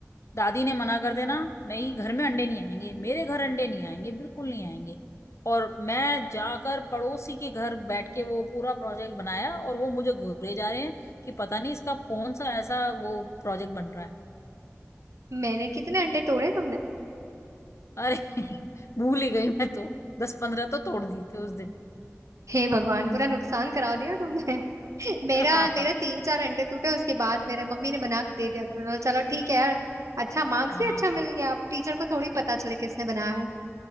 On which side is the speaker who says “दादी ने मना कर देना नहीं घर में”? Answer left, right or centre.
Left